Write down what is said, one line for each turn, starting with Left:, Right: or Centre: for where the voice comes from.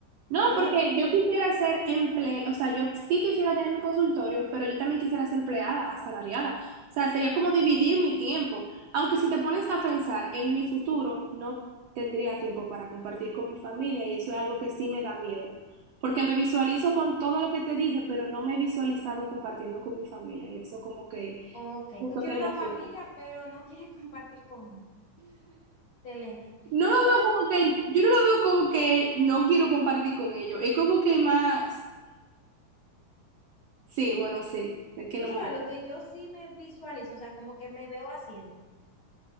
Right: No,
Left: No
Right: porque
Left: sabes qué.
Right: yo quisiera ser emple, o sea, yo sí quisiera tener mi consultorio, pero yo también quisiera ser empleada, asalariada. O sea, sería como dividir mi tiempo. Aunque si te pones a pensar en mi futuro, no tendría tiempo para compartir con mi familia y eso es algo que sí me da miedo. Porque me visualizo con todo lo que te dije, pero no me he visualizado compartiendo con mi familia y eso como que,
Left: Ok,
Right: justo
Left: tú quieres
Right: que me
Left: una
Right: asusta.
Left: familia, pero no quieres <laughs> compartir con él. Excelente.
Right: No lo veo
Left: ¿Sabes?
Right: como que, yo no lo veo como que no quiero compartir con ellos. Es como que más, sí, bueno, sí, es que
Left: Tú
Right: no
Left: sabes
Right: me...
Left: lo que yo sí me visualizo, o sea, como que me veo haciendo. O